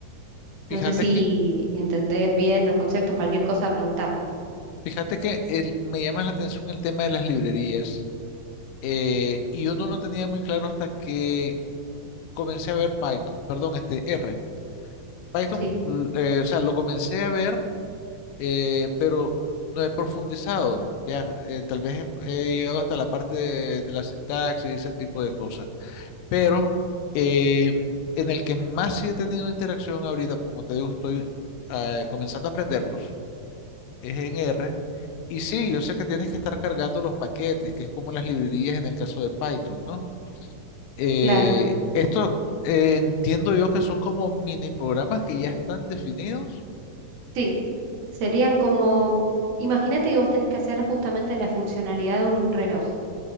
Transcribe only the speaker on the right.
No sé si
entendés bien los conceptos, cualquier cosa, pregúntame.
Sí,
claro.
Sí, serían como, imagínate que vos tenés que hacer justamente la funcionalidad de un reloj.